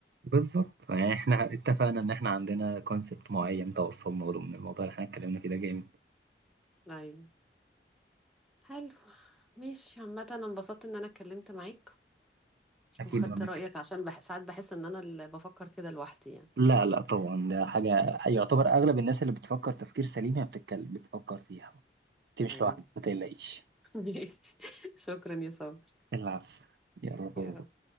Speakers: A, on the right; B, in the centre.
A: بالظبط يعني احنا اتفقنا ان احنا عندنا كونسبت معين توصلنا له من الموضوع اللي احنا اتكلمنا فيه ده جامد
B: ايوه حلو ماشي عامه انا انبسطت ان انا اتكلمت معاك
A: اكيد
B: وخدت
A: ولا
B: رأيك
A: ك-
B: عشان بح ساعات بحس ان انا اللي بفكر كده لوحدي يعني
A: لا لا طبعا ده حاجة يعتبر اغلب الناس اللي بتفكر تفكير سليم هي بتتكلم بتفكر فيها انت
B: ايوه
A: مش لوحدك ما تقلقيش
B: <laughs> ماشي. شكرا يا صبر
A: العفو يا رب
B: يلا